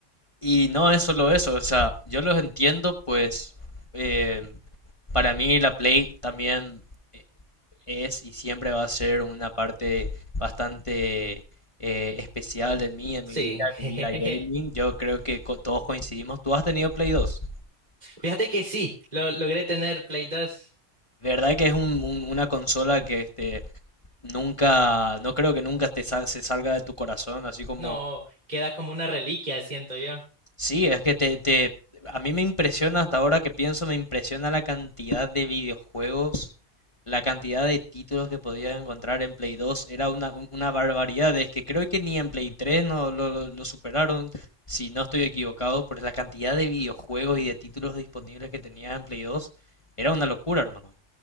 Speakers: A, on the left; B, on the right.
A: Y no es solo eso, o sea, yo los entiendo, pues, eh, para mí la Play también eh, es y siempre va a ser una parte bastante eh, especial de mí, en
B: Sí,
A: mi vida, en
B: <laughs>
A: mi vida de gaming. Yo creo que co- todos coincidimos. ¿Tú has tenido Play 2?
B: fíjate que sí, lo, logré tener Play dos
A: De verdad que es un- un- una consola que este, nunca, no creo que nunca te sa- se salga de tu corazón, así como,
B: No, queda como una reliquia, siento yo.
A: sí, es que te, te- a mí me impresiona hasta ahora que pienso, me impresiona la cantidad de videojuegos, la cantidad de títulos que podías encontrar en Play 2, era una, un- una barbaridad, es que creo que ni en Play 3 no lo, lo- lo superaron, si no estoy equivocado, por la cantidad de videojuegos y de títulos disponibles que tenías en Play 2, era una locura, hermano.